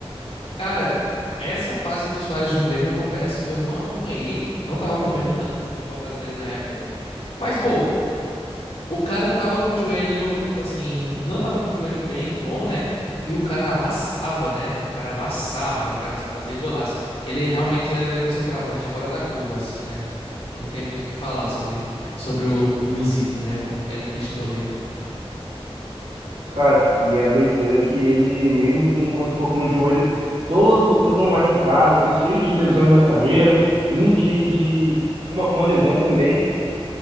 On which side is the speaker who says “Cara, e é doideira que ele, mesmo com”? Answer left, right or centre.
Right